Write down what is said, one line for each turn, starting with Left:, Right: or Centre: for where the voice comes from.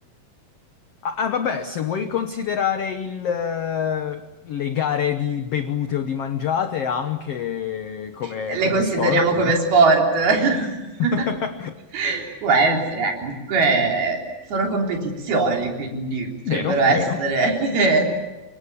Left: Ah, ah, vabbè, se vuoi considerare il, eh, le gare di bevute o di mangiate anche come,
Right: Le
Left: come
Right: consideriamo
Left: sport.
Right: come sport? <laughs>
Left: <laughs>
Right: Può essere, eh, comunque sono competizioni, quindi potrebbero
Left: Vero,
Right: essere.
Left: vero.
Right: <laughs>